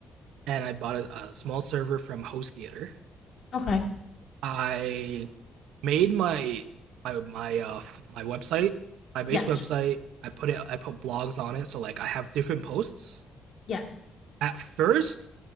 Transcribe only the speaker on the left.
okay.
Yes,
yes.